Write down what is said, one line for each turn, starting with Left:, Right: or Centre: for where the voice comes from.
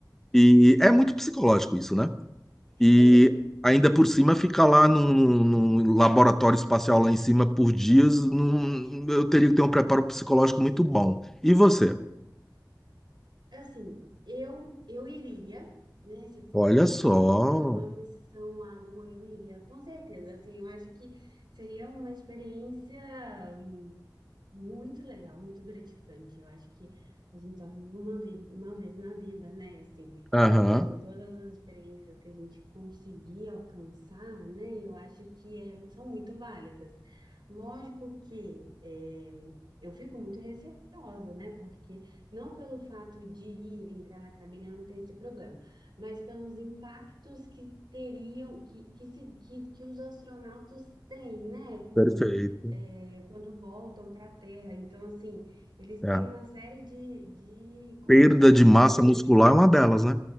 Centre: e é muito psicológico isso, né? E
Right: É,
Centre: ainda por cima fica lá num, num- laboratório espacial lá em cima por dias, num- eu teria que ter um preparo psicológico muito bom. E você?
Right: assim, eu eu iria, né? Se fosse
Centre: Olha
Right: assim
Centre: só.
Right: para eu fazer uma missão à Lua, eu iria, com certeza. Assim, eu acho que seria uma experiência. hum, Muito legal, muito gratificante. Eu acho que a gente só vive uma, vi uma vez na vida, né? Assim,
Centre: Aham,
Right: então, assim, todas as experiências que a gente conseguir alcançar, né? Eu acho que é, são muito válidas. Lógico que é, eu fico muito receosa, né? Porque não pelo fato de ir entrar na cabine eu não ter esse problema, mas pelos impactos que teriam, que, que, se, que, que os astronautas têm, né? Como
Centre: perfeito.
Right: é, quando voltam para a Terra. Então, assim, eles
Centre: É.
Right: têm uma série de, de consequências,
Centre: Perda de massa
Right: né?
Centre: muscular é uma delas, né?